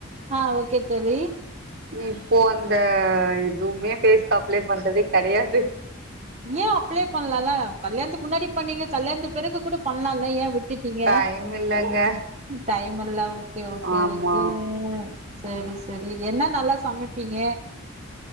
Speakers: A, on the right (about 30°); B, on the right (about 45°).
A: ஆ ஓகே தோழி
B: இப்போ அந்த எதுவுமே பேஸ்க்கு அப்ளே பண்றதே கெடையாது
A: ஏ அப்ளே பண்லால கல்யாணத்துக்கு முன்னாடி பண்ணீங்க கல்யாணத்து பெறகு கூட பண்லால ஏ விட்டுட்டீங்க
B: டைம் இல்லங்க
A: டைம் இல்ல ஓகே ஓகே
B: ஆமா
A: ஓகே சேரி செரி என்ன நல்லா சமைப்பீங்க